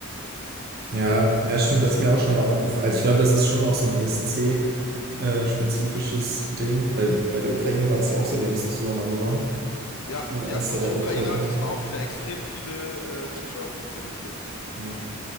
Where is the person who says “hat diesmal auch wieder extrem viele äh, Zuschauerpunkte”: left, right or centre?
Left